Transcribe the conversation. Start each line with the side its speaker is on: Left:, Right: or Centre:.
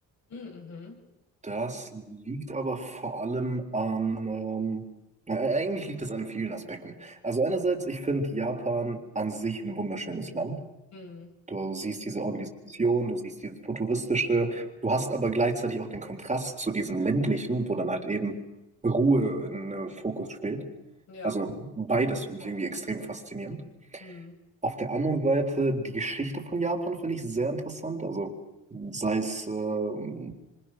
Left: Mhm.
Right: Das liegt aber vor allem an, ähm, na, eigentlich liegt es an vielen Aspekten. Also einerseits, ich finde Japan an sich ein wunderschönes Land.
Left: Mhm.
Right: Du siehst diese Organisation, du siehst dieses Futuristische, du hast aber gleichzeitig auch den Kontrast zu diesem ländlichen, wo dann halt eben Ruhe in äh, Fokus steht.
Left: Mhm. Ja.
Right: Also beides finde ich irgendwie extrem faszinierend.
Left: Mhm.
Right: Auf der anderen Seite, die Geschichte von Japan finde ich sehr interessant. Also sei es, ähm,